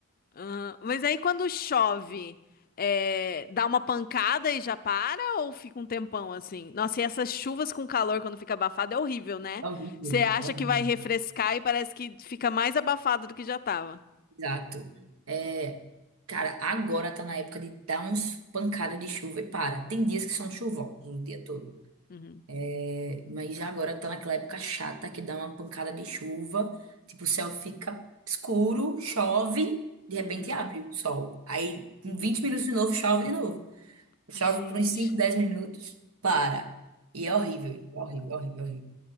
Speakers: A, on the left; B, on the right.
A: Aham. Mas aí quando chove, é, dá uma pancada e já para ou fica um tempão assim? Nossa, e essas chuvas com calor quando fica abafado é horrível, né?
B: É horrível,
A: Você acha
B: é horrível.
A: que vai refrescar e parece que fica mais abafado do que já tava.
B: Exato. É, cara, agora tá na época de dar uns pancada de chuva e para. Tem dias que são chuvosos o dia todo.
A: Uhum,
B: É, Mas já agora tá naquela época chata que dá uma pancada de chuva, tipo, o céu fica escuro, chove, de repente
A: uhum,
B: abre o sol. Aí, em
A: uhum.
B: 20 minutos de novo, chove de novo. Chove
A: Gente,
B: por uns cinco 10 minutos, para. E é horrível, horrível, horrível, horrível.